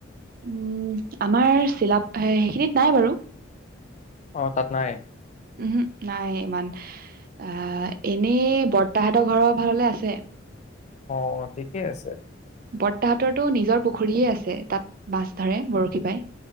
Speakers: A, on the right (about 45°); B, on the left (about 35°).
A: উম, আমাৰ চিলাপ সেইখিনিত নাই বাৰু।
B: অ', তাত নাই?
A: উম, নাই ইমান অ', এনেই বৰ্তাহতৰ ঘৰৰ ফাললে আছে।
B: অ', ঠিকেই আছে।
A: বৰ্তাহতৰতো নিজৰ পুখুৰীয়ে আছে তাত মাছ ধৰে বৰশী বাই।